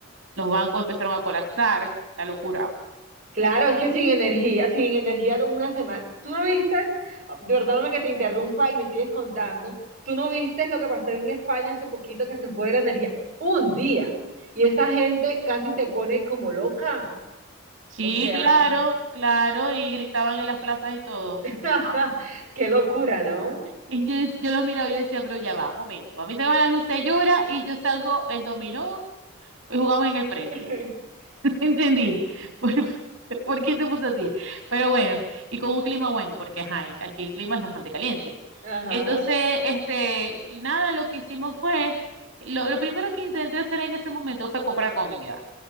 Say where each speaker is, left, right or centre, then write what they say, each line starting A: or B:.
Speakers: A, on the right (about 65°); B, on the right (about 40°).
A: Los bancos empezaron a colapsar, la locura.
B: Claro, es que sin energía, sin energía de una semana. Tú no viste, perdóname que te interrumpa y me sigues contando, tú no viste lo que pasó en España hace poquito que se fue la energía un día y esa gente casi se pone como loca.
A: Sí,
B: O sea,
A: claro, claro, y gritaban en las plazas y todo.
B: <laughs> qué locura, ¿no?
A: Y yo, dec- yo los miraba y yo decía, pero ya va, un momento. A mí se me va la luz, se llora y yo salgo el dominó Hoy jugamos en el frente.
B: <laughs>
A: <laughs> No entendí. ¿Por, <laughs> por por qué se puso así? Pero bueno, y con un clima bueno, porque ajá, el- aquí el clima es bastante caliente.
B: Ajá.
A: Entonces, este, nada, lo que hicimos fue, lo, lo primero que intenté hacer en ese momento fue comprar comida.